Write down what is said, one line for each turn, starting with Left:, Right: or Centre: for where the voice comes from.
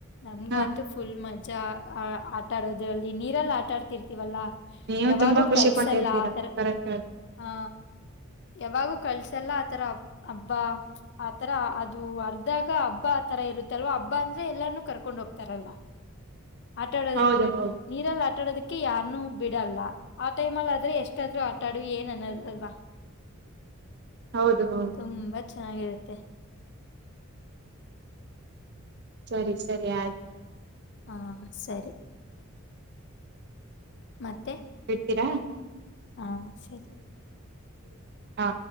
Left: ನಮಗಂತು
Right: ಹಾ
Left: ಫುಲ್ ಮಜಾ. ಆ ಆಟಾಡೋದು ಅಲ್ಲಿ ನೀರೆಲ್ಲ ಆಟ ಆಡ್ತಿರ್ತೀವಲ್ಲಾ
Right: ನೀವು
Left: ಯಾವಾಗೂ
Right: ತುಂಬಾ ಖುಷಿ
Left: ಕಲ್ಸಲ್ಲ
Right: ಪಟ್ಟಿರ್ತೀರಾ
Left: ಆತರ
Right: ಕರೆಕ್ಟ್ ಕರೆಕ್ಟ್.
Left: ಹಾ ಯಾವಾಗೂ ಕಳ್ಸಲ್ಲ ಆತರ ಹಬ್ಬ ಆತರ ಅದು ಅರ್ಧಾಗ ಹಬ್ಬ ಆತರ ಇತ್ತಲ್ವಾ ಹಬ್ಬ ಅಂದ್ರೆ ಎಲ್ಲಾರ್ನೂ ಕರ್ಕೊಂಡ್ ಹೋಗ್ತಾರಲ್ವಾ ಆಟಾಡೋದ
Right: ಹೌದು ಹೌದು
Left: ನೀರಲ್ಲಿ ಆಟಾಡೋದಕ್ಕೆ ಯಾರ್ನುೂ ಬಿಡಲ್ಲ ಆ ಟೈಮ್ ಅಲ್ ಆದ್ರೆ ಎಷ್ಟಾದ್ೂ ಆಟಾಡು ಏನ್ ಅನ್ನೋದಲ್ವಾ
Right: ಹೌದು ಹೌದು
Left: ತುಂಬಾ ಚೆನ್ನಾಗಿರತ್ತೆ
Right: ಸರಿ ಸರಿ ಆಯ್ತು
Left: ಹಾ ಸರಿ ಮತ್ತೆ
Right: ಇರ್ತರಾ
Left: ಹಾ ಸರಿ.
Right: ಹಾ